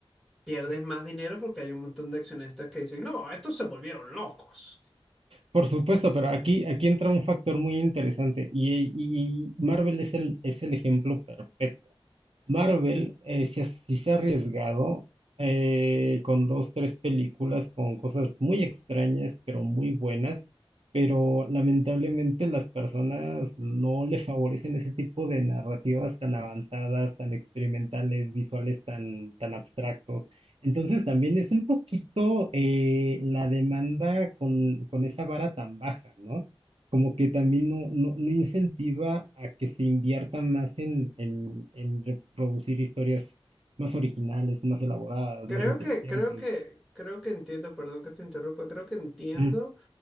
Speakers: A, in the centre; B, on the right.
A: pierdes más dinero porque hay un montón de accionistas que dicen, no, estos se volvieron locos.
B: Por supuesto, pero aquí, aquí entra un factor muy interesante y, y- y Marvel es el, es el ejemplo perfecto. Marvel, eh, sí, as- sí se ha arriesgado eh, con dos, tres películas con cosas muy extrañas, pero muy buenas. Pero lamentablemente las personas no le favorecen ese tipo de narrativas tan avanzadas, tan experimentales, visuales tan, tan abstractos. Entonces también es un poquito eh, la demanda con, con esa vara tan baja, ¿no? como que también no, no, no incentiva a que se invierta más en, en, en reproducir historias más originales, más elaboradas,
A: Creo
B: más inteligentes.
A: que, creo que, creo que entiendo, perdón que te interrumpa, creo que entiendo
B: Mm.